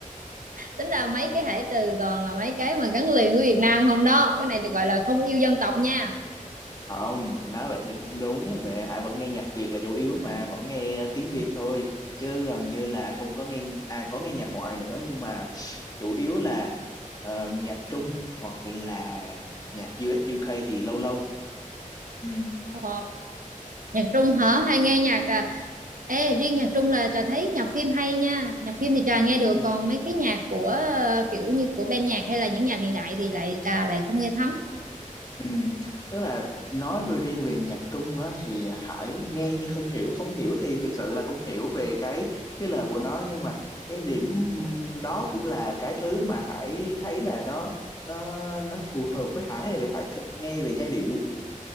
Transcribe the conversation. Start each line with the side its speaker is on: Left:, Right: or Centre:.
Right: tính ra mấy cái Hải trừ toàn là mấy cái mà gắn liền với Việt Nam không đó cái này được gọi là không yêu dân tộc nha
Left: không nói vậy thì không đúng Nè, Hải vẫn nghe nhạc Việt là chủ yếu mà vẫn nghe tiếng Việt thôi chứ gần như là không có nghe à có nghe nhạc ngoại nữa nhưng mà chủ yếu là ờ, nhạc Trung hoặc là nhạc US UK thì lâu lâu ừ.
Right: Ồ, nhạc Trung hả? Hay nghe nhạc à? Ê, riêng nhạc Trung là Trà thấy nhạc phim hay nha. Nhạc phim thì Trà nghe
Left: Ừ.
Right: được, còn mấy cái nhạc của ờ, kiểu như của ban nhạc hay là những nhạc hiện đại thì lại Trà lại không nghe thấm.
Left: Ừ. Tức là nói về riêng về nhạc Trung á, thì Hải nghe như không hiểu không hiểu thì thực sự là không hiểu về cái cái lời của nó nhưng mà cái điểm đó cũng là cái thứ mà Hải thấy là nó nó nó phù hợp với Hải vì Hải thích nghe về giai điệu